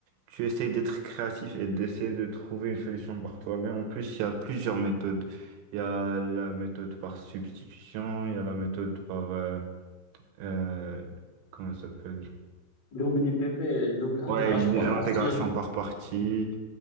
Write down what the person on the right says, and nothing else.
Tu essayes d'être créatif et d'essayer de trouver une solution par toi-même. En plus, il y a plusieurs méthodes. Il y a la méthode par substitution, il y a la méthode par... euh, euh, comment elle s'appelle?
Ouais, l'intégration
par partie,